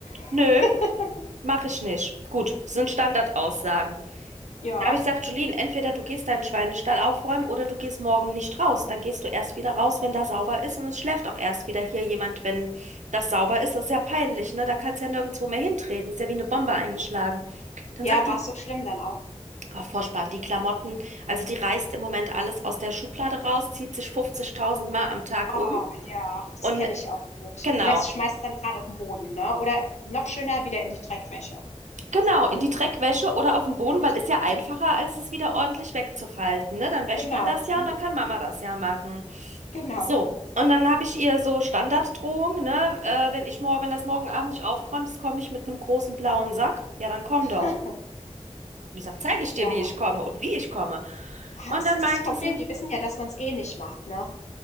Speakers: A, on the left; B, on the right.
A: <laughs>
B: Nö, mache ich nicht. Gut, sind Standardaussagen.
A: Ja.
B: Da habe ich gesagt, Julien, entweder du gehst deinen Schweinestall aufräumen oder du gehst morgen nicht raus. Dann gehst du erst wieder raus, wenn da sauber ist und es schläft auch erst wieder hier jemand, wenn das sauber ist. Das ist ja peinlich, ne? Da kannst ja nirgendwo mehr hintreten. Ist ja wie eine Bombe eingeschlagen. Dann
A: Ja,
B: sagt
A: war
B: die,
A: es so schlimm dann auch?
B: oh, Furchtbar, die Klamotten, also die reißt im Moment alles aus der Schublade raus, zieht sich 50.000 Mal am Tag um
A: Oh, ja, das
B: und
A: kenne ich auch gut.
B: genau,
A: Und lässt, schmeißt dann gerade auf den Boden, ne? Oder noch schöner wieder in die Dreckwäsche.
B: genau, in die Dreckwäsche oder auf den Boden,
A: Mhm.
B: weil ist ja einfacher, als es wieder ordentlich wegzufalten, ne? Dann wäscht
A: Genau.
B: man das ja
A: Mhm.
B: und dann kann Mama das ja machen.
A: Genau.
B: So, und dann habe ich ihr so Standarddrohung, ne? Äh, wenn ich morgen, wenn das morgen Abend nicht aufräumst, komme ich mit einem großen blauen Sack. Ja, dann komm
A: <laughs>
B: doch. Und ich sage, zeige ich
A: Ja,
B: dir, wie ich komme und wie ich komme.
A: Ah,
B: Und
A: das
B: dann
A: ist
B: meinte
A: das Problem.
B: sie,
A: Die wissen ja, dass man es eh nicht macht, ne?